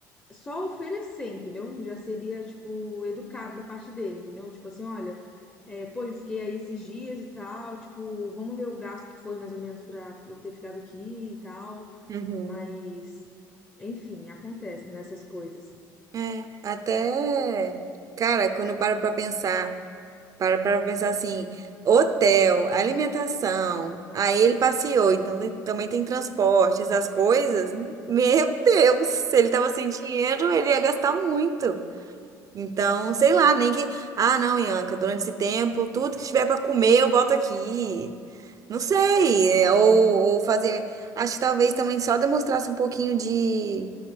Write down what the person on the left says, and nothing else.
só oferecer, entendeu? Já seria, tipo, educado da parte dele, entendeu? Tipo assim, olha, é, pô, eu fiquei aí esses dias e tal, tipo, vamos ver o gasto que foi mais ou menos para eu ter ficado aqui e tal,
mas, enfim, acontece nessas coisas.